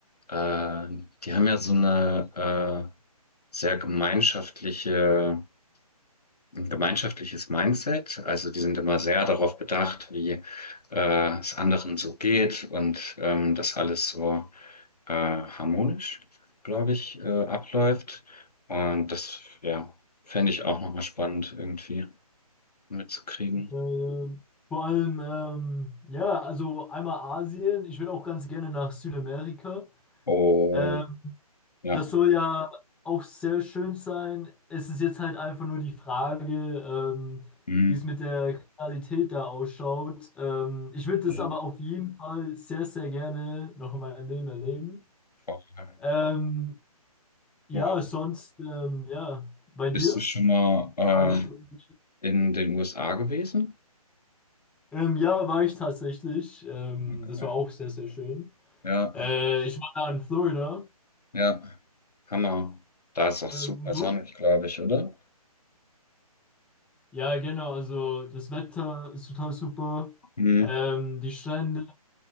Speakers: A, on the left; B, in the centre.
A: Äh, die haben ja so eine äh, sehr gemeinschaftliche, ein gemeinschaftliches Mindset. Also die sind immer sehr darauf bedacht, wie äh, es anderen so geht und ähm, dass alles so äh, harmonisch, glaube ich, äh, abläuft. Und das, ja, fände ich auch nochmal spannend irgendwie mitzukriegen.
B: Äh, vor allem, ähm, ja, also einmal Asien. Ich würde auch ganz gerne nach Südamerika.
A: Oh,
B: Äh,
A: ja.
B: Das soll ja auch sehr schön sein. Es ist jetzt halt einfach nur die Frage, ähm,
A: Hm.
B: wie es mit der Kriminalität da ausschaut. Ähm, ich würde
A: Die
B: das aber auf jeden Fall sehr, sehr gerne noch in meinem Leben erleben.
A: Vorteile.
B: Ähm, ja,
A: Ja.
B: sonst, ähm, ja, bei dir?
A: Bist du schon mal äh,
B: Ja, noch. irgendwelche-
A: in den USA gewesen?
B: Ähm, ja, war ich tatsächlich. Ähm,
A: Ah, geil.
B: das war auch sehr, sehr schön.
A: Ja,
B: Äh, ich war da in Florida.
A: ja. Hammer. Da ist auch
B: Ähm,
A: super
B: und du?
A: sonnig, glaube ich, oder?
B: Ja, genau, also das Wetter ist total super.
A: Hm.
B: Ähm, die Strände,